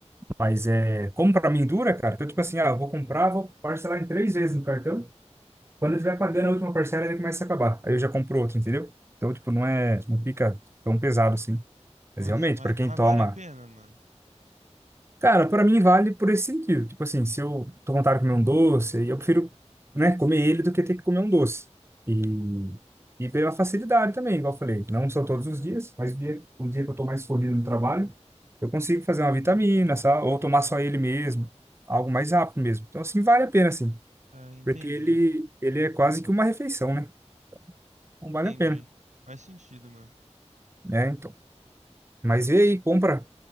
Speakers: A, on the right; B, on the right.
A: Mas é, como pra mim dura, cara, então, tipo assim, ah, eu vou comprar, vou parcelar em três vezes no cartão. Quando ele vai pagando a última parcela, ele começa a acabar. Aí eu já compro outro, entendeu? Então, tipo, não é, não fica tão pesado assim.
B: Nossa,
A: Mas realmente,
B: mas,
A: para quem
B: mas
A: toma.
B: vale a pena, mano?
A: Cara, para mim vale por esse sentido. Tipo assim, se eu tô vontade de comer um doce, aí eu prefiro, né, comer ele do que ter que comer um doce. E, e pela facilidade também, igual eu falei. Não são todos os dias, mas o dia, o dia que eu tô mais corrido no trabalho, eu consigo fazer uma vitamina,
B: Aham.
A: sabe? Ou tomar só ele mesmo. Algo mais rápido mesmo. Então, assim, vale a pena, assim.
B: É, entendi.
A: Porque ele, ele é quase que uma refeição, né? Então, vale
B: Entendi.
A: a pena.
B: Faz sentido, mano.
A: É, então. Mas vê aí, compra.